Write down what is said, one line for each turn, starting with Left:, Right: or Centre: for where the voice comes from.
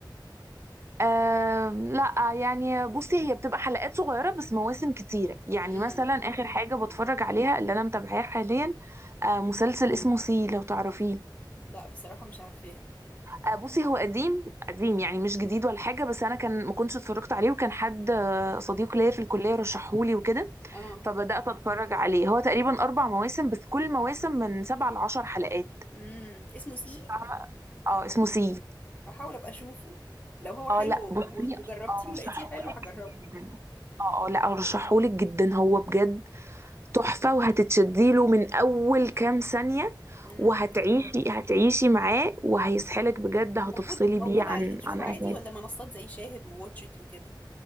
Right: أم لا يعني بصي هي بتبقى حلقات صغيرة بس مواسم كتيرة يعني
Left: مم.
Right: مثلا آخر حاجة بتفرج عليها اللي أنا متابعاها حاليا آه، مسلسل اسمه سي لو تعرفيه
Left: لا بصراحة مش عارفاه
Right: آه، بصي هو قديم قديم يعني مش جديد ولا حاجة بس أنا كان ما كنتش اتفرجت عليه وكان حد آه، صديق ليا في الكلية رشحهولي وكده
Left: اه
Right: فبدأت أتفرج عليه هو تقريبا أربع مواسم بس كل مواسم من سبع لعشر حلقات
Left: مم. اسمه سي
Right: فاهمة اه اسمه سي
Left: هحاول أبقى أشوفه لو هو حلو
Right: اه لا
Left: و-
Right: بصي
Left: وجربتيه
Right: أرشحهولك
Left: ولقيتيه حلو هجربه
Right: جدا اه اه لا أرشحهولك جدا هو بجد تحفة وهتتشديله من أول كام ثانية
Left: مم.
Right: وهتعيشي هتعيشي معاه وهيسحلك بجد هتفصلي
Left: موجود موجود
Right: بيه عن
Left: على اليوتيوب
Right: عن
Left: عادي
Right: أي حاجة
Left: ولا منصات زي شاهد وواتشت وكده؟